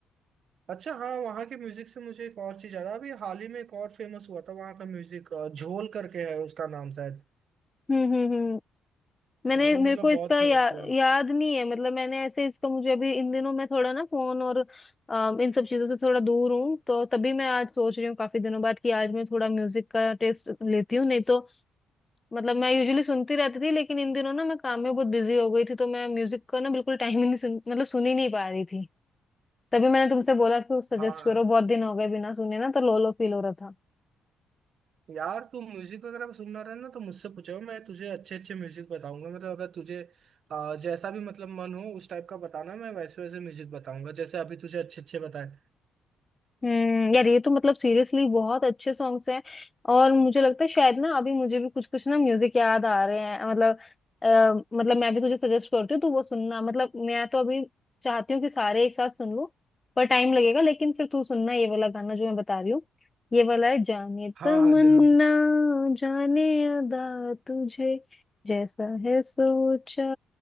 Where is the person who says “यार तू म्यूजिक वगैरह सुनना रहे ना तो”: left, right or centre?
Right